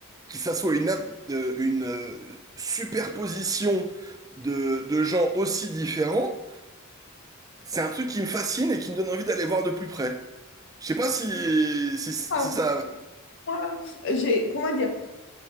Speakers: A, on the right; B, on the left.
A: que ça soit une, ap- euh, une euh, superposition de, de gens aussi différents, c'est un truc qui me fascine et qui me donne envie d'aller voir de plus près. Je sais pas si, si, si
B: Ah,
A: ça,
B: moi, j'ai, comment dire?